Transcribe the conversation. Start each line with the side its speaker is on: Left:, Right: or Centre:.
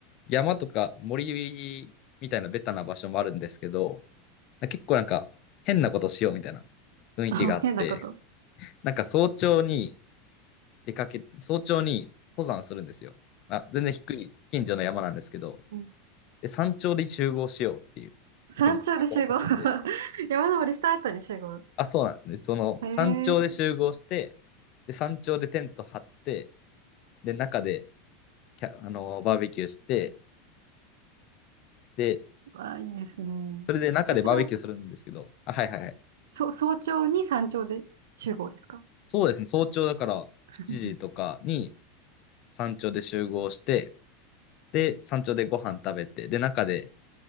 Left: 山とか森みたいなベタな場所もあるんですけど、結構なんか変なことしようみたいな雰囲気があって、
Right: あ、変なこと。
Left: なんか早朝に出かけ、早朝に登山するんですよ。まあ、全然低い近所の山なんですけど、
Right: うん
Left: で、山頂で集合しようっていう
Right: 山頂で集合
Left: ふうに計画を立てて、
Right: <laughs> 山登りした後に集合。
Left: あ、そうなんですね。その山頂で集合して、
Right: へえ
Left: で、山頂でテント張って、で、中でキャ、あのーバーベキューして、で、
Right: わあ、いいですね。
Left: それで中でバーベキューするんですけど、
Right: えそれを、
Left: あ、はいはいはい。
Right: そ、早朝に山頂で集合ですか
Left: そうですね、早朝だから7時とかに
Right: <laughs>
Left: 山頂で集合して、で、山頂でご飯食べて、で、中で